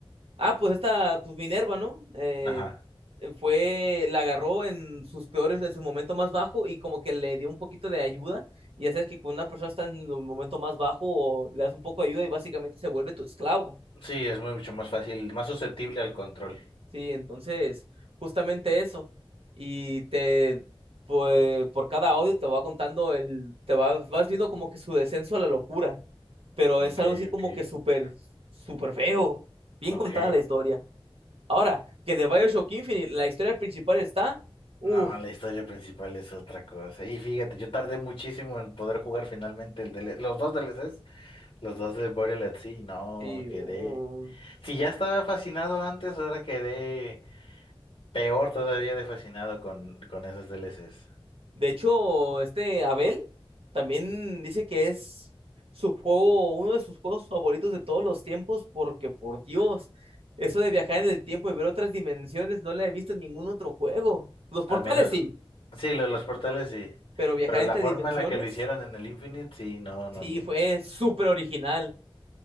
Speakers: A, on the right; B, on the left.
A: Ah, pues esta, pues Minerva, ¿no? Eh,
B: Ajá.
A: eh, fue, la agarró en sus peores, en su momento más bajo y como que le dio un poquito de ayuda. Y ya sabes que cuando una persona está en el momento más bajo, o le das un poco de ayuda y básicamente se vuelve tu esclavo.
B: Sí, es mucho más fácil, más susceptible al control.
A: Sí, entonces, justamente eso. Y te, pues, por cada audio te va contando el, te vas, vas viendo como que su descenso a la locura. Pero es
B: Ok,
A: algo así como
B: ok.
A: que súper, súper feo. Bien
B: Ok.
A: contada la historia. Ahora, que de BioShock Infinite, la historia principal está. Uf,
B: No, la historia principal es otra cosa. Y fíjate, yo tardé muchísimo en poder jugar finalmente el DLC, los dos DLCs, los dos de Burial at Sea. No,
A: y.
B: quedé.
A: uh,
B: Si ya estaba fascinado antes, ahora quedé. Peor todavía de fascinado con, con esos DLCs.
A: de hecho, este Abel también dice que es su juego, uno de sus juegos favoritos de todos los tiempos, porque por Dios, eso de viajar en el tiempo y ver otras dimensiones no la he visto en ningún otro juego. Los portales
B: Al menos,
A: sí,
B: sí, lo de los portales sí.
A: pero viajar
B: Pero la
A: entre
B: forma
A: dimensiones,
B: en la que lo hicieron en el Infinite, sí, no, no,
A: sí,
B: no.
A: fue
B: no.
A: súper original.